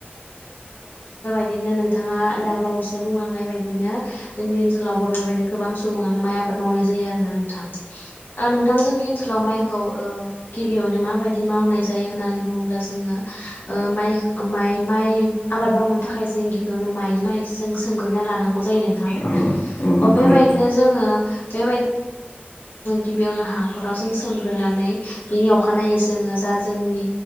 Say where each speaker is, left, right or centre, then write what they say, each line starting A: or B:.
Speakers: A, on the left (about 60°); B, on the left (about 80°).
A: बिदिनो नोंथाङा दाबावैसो बुंलांनाय बायदिनो जोंनि ओनसोलावबो बेबायदिनो। गोबां सुबुङानो माइ आबाद मावनाय जायो आरो ना नोंथां नोंथां जोंनि ओनसोलाव माइ। खौ गिबियावनो माबायदि मावनाय जायो होननानै बुङोब्ला जोङो माइ माइ माइ आबाद मावनो थाखाय जों गिबियावनो माइ सोमग्रोनांगौ। सोमगोरना लानांगौ नोंथां जोंङो
B: औ नंगौ
A: बेबायदिनो
B: नोंथां
A: जोङो गिबियावनो हाखराव जों सोमग्रोनानै बिनि अखानायै जोङो जा जोंनि